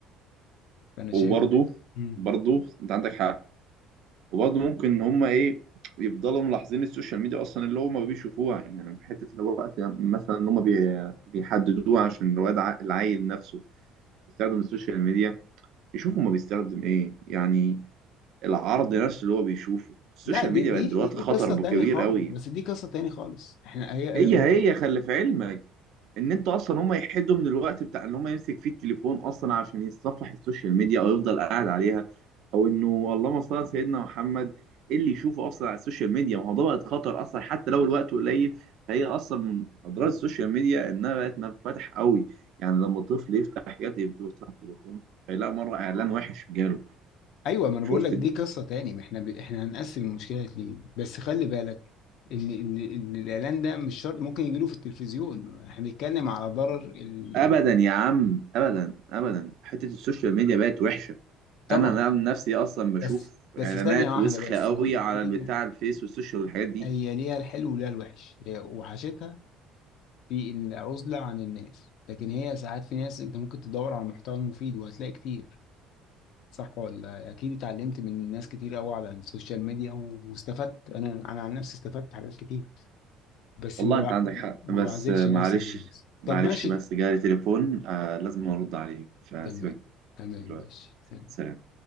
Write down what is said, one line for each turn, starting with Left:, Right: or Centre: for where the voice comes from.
Left: فانا
Right: وبرضه
Left: شايف ده مم.
Right: برضه انت عندك حق وبرضه ممكن ان هم ايه يفضلوا ملاحظين السوشيال ميديا اصلا اللي هم بيشوفوها يعني من حته اللي هو وقت مثلا ان هم بي... بيحددوها عشان الواد ع- العيل نفسه يستخدم السوشيال ميديا يشوف هما بيستخدم ايه يعني العرض نفسه اللي هو بيشوفه السوشيال
Left: لا دي
Right: ميديا
Left: دي
Right: بقت دلوقتي
Left: دي
Right: خطر
Left: دي قصه تاني
Right: كبير
Left: خالص
Right: قوي
Left: بس دي قصه تاني خالص احنا هي
Right: هي
Left: هي مت...
Right: هي خلي في علمك ان انت اصلا هم يحدوا من الوقت بتاع ان هم يمسك فيه التليفون اصلا عشان يتصفح السوشيال ميديا او يفضل قاعد عليها او انه اللهم صل على سيدنا محمد إيه اللي يشوفه اصلا على السوشيال ميديا ما هو ده بقت خطر اصلا حتى لو الوقت قليل فهي اصلا من اضرار السوشيال ميديا انها بقت منفتح قوي يعني لما الطفل يفتح حاجات يبص على التليفون فيلاقي مره اعلان وحش جاله
Left: ايوه ما انا
Right: شفت
Left: بقول لك دي
Right: انت
Left: قصه تاني ما احنا ب... احنا هنقسم المشكله ليه بس خلي بالك ان إن- إن الاعلان ده مش شرط ممكن يجي له في التلفزيون احنا بنتكلم على ضرر ال...
Right: ابدا
Left: ال-
Right: يا عم ابدا ابدا حته السوشيال ميديا بقت وحشه
Left: طبعا
Right: انا أنا من نفسي اصلا بشوف
Left: بس بس
Right: اعلانات
Left: ثانيه واحده
Right: وسخه
Left: بس
Right: قوي
Left: هي
Right: على البتاع الفيس والسوشيال والحاجات دي
Left: هي ليها الحلو وليها الوحش هي وحشتها في العزلة عن الناس لكن هي ساعات في ناس انت ممكن تدور على المحتوى المفيد وهتلاقي كتير صح ولا اكيد اتعلمت من ناس كتير قوي على السوشيال ميديا و- واستفدت انا انا عن نفسي استفدت حاجات كتير بس
Right: والله
Left: ما
Right: انت
Left: بع-
Right: عندك حق
Left: ما
Right: بس
Left: بعزلش
Right: آه،
Left: نفسي
Right: معلش
Left: عن الناس
Right: معلش
Left: طب ماشي
Right: بس جالي تليفون آه لازم ارد عليه فسيبك
Left: تمام تمام
Right: دلوقتي
Left: ماشي سلام.
Right: سلام